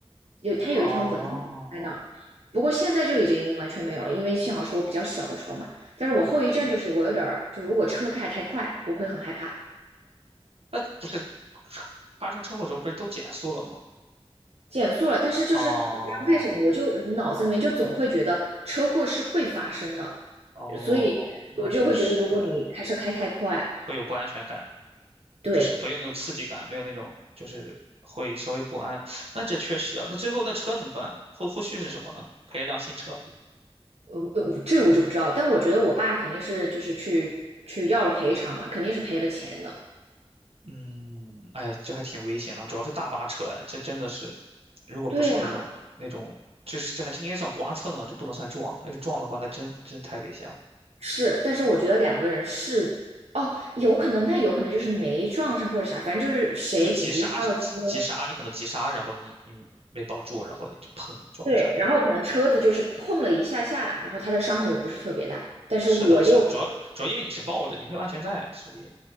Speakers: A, on the right; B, on the right.
A: 有它有一条纹路在那儿。
B: 哦，
A: 不过现在就已经完全没有了，因为幸好是我比较小的时候嘛。但是我后遗症就是我有点儿，就如果车开太快，我会很害怕。
B: 那不是发生车祸的时候不是都减速了吗？
A: 减速了，但是就是我不知道为什么，
B: 哦
A: 我就脑子里面就总会觉得车祸是会发生的，
B: 哦，
A: 所以我就会觉得，
B: 那确实
A: 如果你开车开太快，
B: 会有不安全感。
A: 对，
B: 就是不用那种刺激感，没有那种就是会稍微不安。那这确实啊，那最后那车怎么办？后后续是什么呢？赔一辆新车。
A: 呃，呃这我就不知道，但我觉得我爸肯定是就是去去要了赔偿嘛，肯定是赔了钱的。
B: 嗯，哎呀，这还挺危险的啊，主要是大巴车，哎，这真的是，如果不是那种那种，
A: 对啊，
B: 这是这还这应该算刮蹭了，这不能算撞，要是撞的话，那真真太危险了。
A: 是，但是我觉得两个人是，哦，有可能，那有可能就是没撞上或者啥，反正就是谁紧急刹了车，
B: 就急刹，急急刹，你可能急刹，然后你你没抱住，然后你就砰撞到上面了。
A: 对，然后可能车子就是碰了一下下，然后他的伤口也不是特别大，但是我就
B: 是的，是的，主要主要因为你是抱着，你没有安全带，所以